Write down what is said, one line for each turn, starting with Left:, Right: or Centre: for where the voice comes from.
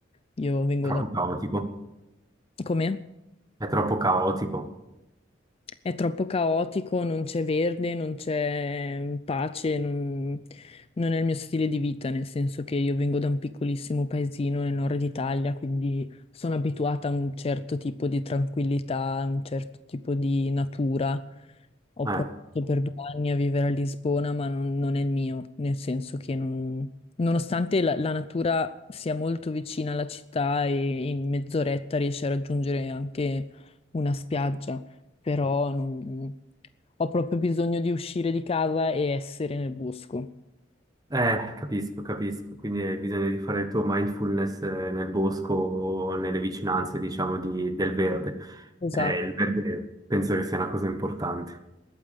Left: Io vengo
Right: troppo
Left: da...
Right: caotico,
Left: Com'è?
Right: è troppo caotico.
Left: È troppo caotico, non c'è verde, non c'è mm, pace, non, non è il mio stile di vita, nel senso che io vengo da un piccolissimo paesino nel nord Italia, quindi sono abituata a un certo tipo di tranquillità, a un certo tipo di natura. Ho
Right: Eh.
Left: provato per due anni a vivere a Lisbona, ma non, non è il mio, nel senso che non- nonostante la, la natura sia molto vicina alla città e in mezz'oretta riesci a raggiungere anche una spiaggia però non- ho proprio bisogno di uscire di casa e essere nel bosco.
Right: Eh, capisco, capisco, quindi hai bisogno di fare il tuo mindfulness eh, nel bosco o nelle vicinanze, diciamo, di- del verde.
Left: Esatto.
Right: Eh, il verde penso che sia una cosa importante.